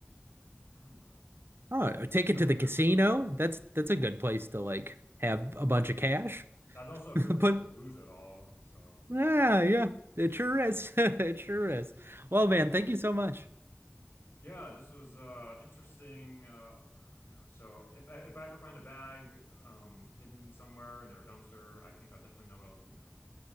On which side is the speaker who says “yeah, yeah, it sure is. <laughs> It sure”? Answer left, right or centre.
Right